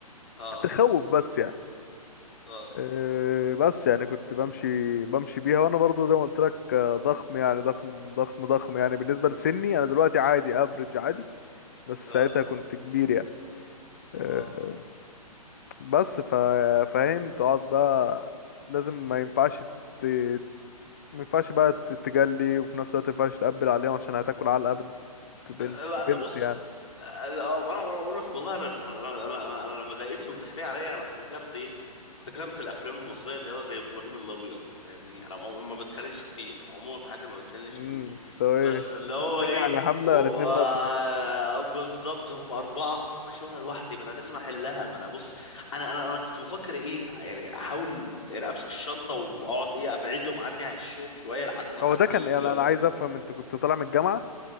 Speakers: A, on the left; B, on the left.
A: اه
B: تخوف بس يعني
A: اه
B: إيه، بس يعني كنت بمشي بمشي بيها وانا برضه زي ما قلت لك آه، ضخم يعني ضخم ضخم ضخم يعني بالنسبه لسني انا دلوقتي عادي افريج عادي بس
A: اه
B: ساعتها كنت كبير يعني آه،
A: اه
B: بس فا- فاهم تقعد بقى لازم ما ينفعش ت... ما ينفعش بقى تتجلي وفي نفس الوقت ما ينفعش تقبل عليهم عشان هتاكل علقة بنت بنت
A: آه،
B: بنت
A: طب بص
B: يعني
A: أنا- وانا وانا اقول لك والله انا انا انا, أنا لما لقيتهم داخلين عليا انا افتكرت ايه افتكرت الافلام المصريه اللي هو زي ابراهيم الابيض فاهمني انا عم- ما بتخانقش كتير انا عموما في حياتي ما بتخانقش
B: امم
A: كتير
B: طب ايه
A: بس اللي هو
B: اتنين
A: ايه
B: يعني حملة
A: و-
B: يعني اتنين
A: آه،
B: بقى اتنين
A: بالظبط هم أربعة ماشي وأنا لوحدي ما أنا لازم أحلها ما أنا بص أنا أنا أنا كنت بفكر إيه يعني أحاول يعني أمسك الشنطة وأقعد إيه أبعدهم عني أهشهم شوية لحد ما
B: هو
A: حد
B: ده كان
A: يجي
B: يعني
A: أو
B: انا عايز
A: لا
B: افهم انت كنت طالع من الجامعة